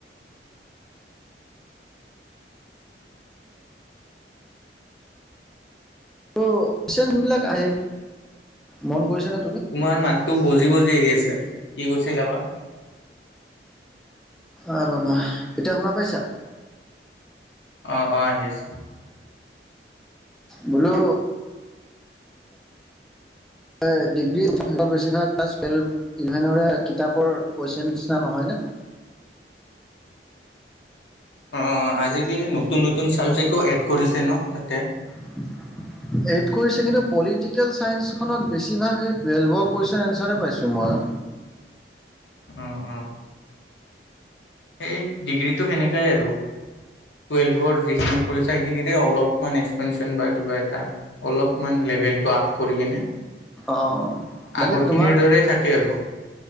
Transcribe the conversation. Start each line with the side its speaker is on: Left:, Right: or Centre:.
Centre: ত চেন বিলাক আহে, মন কৰিছানে
Left: তোমাৰ মাতটো বজি-বজি আহি আছে, কি কৈছিলা বা?।
Centre: আ ৰ'বা, এতিয়া শুনা পাইছা?।
Left: অ', অ', আহি আছে।
Centre: বোলো এ, ডিগ্ৰী <inaudible> বেছিভাগ ক্লাছ ভেলপ্-ইভেনৰে কিতাপৰ কুৱেশচন নিচিনা নহয় ন।
Left: অ', আজিকালি নতুন-নতুন চাবজেক্টো এড কৰিছে ন তাতে।
Centre: <unintelligible> এড কৰিছে কিন্তু পলিটিকেল ছাইন্সখনত বেছিভাগ সেই টুৱেল্ভৰ কুৱেশ্যন এনচাৰে পাইছোঁ মইয়ো।
Left: অ', অ। সেই, ডিগ্ৰীটো সেনেকাই আৰু। টুৱেল্ভৰ যিখিনি পঢ়িছা সেইখিনিৰে অলপমান এক্সপেনচন বা কিবা এটা। অলপমান লেভেলটো আপ কৰি কিনে।
Centre: অ', বাকী
Left: আগৰখিনিৰ
Centre: তোমাৰ
Left: দৰে থাকে আৰু।